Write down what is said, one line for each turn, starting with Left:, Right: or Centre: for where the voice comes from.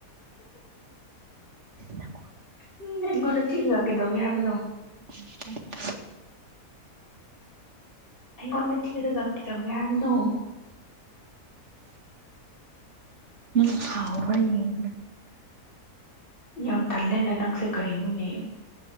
Right: ꯅꯀꯣꯛ
Left: ꯎꯝ ꯑꯩꯉꯣꯟꯗ ꯆꯤꯂꯒ ꯀꯩꯗꯧꯒꯦ ꯍꯥꯏꯕꯅꯣ
Right: ꯎ
Left: ꯑꯩꯉ‌ꯣꯟꯗ ꯊꯤꯔꯒ ꯀꯩꯗꯧꯒ‌ꯦ ꯍꯥꯏꯕꯅ‌ꯣ
Right: ꯅꯪ ꯁꯥꯎꯕꯔ ꯌꯦꯡꯕꯅ‌ꯦ
Left: ꯌꯥꯝ ꯇꯜꯂꯦꯅ ꯅꯪꯁꯦ ꯀꯔꯤꯅꯣꯅꯦ